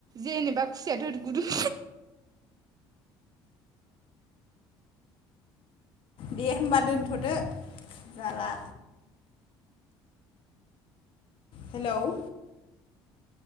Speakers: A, on the right; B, on the left.
A: जेनेबा खुसियाथ' गुदुं
B: दे होमबा दोनथ'दो जाला। हेल्ल'